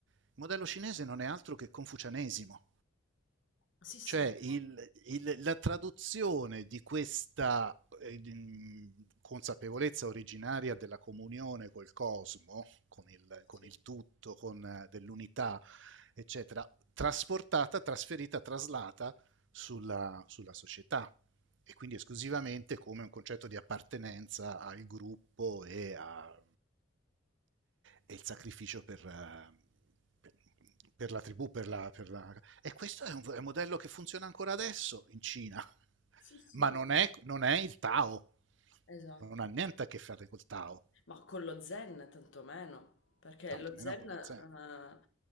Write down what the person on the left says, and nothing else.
Sì, sì,
no.
Sì,
sì, sì,
no.
Esatto.
Ma con lo zen tantomeno, perché
lo zen
eh,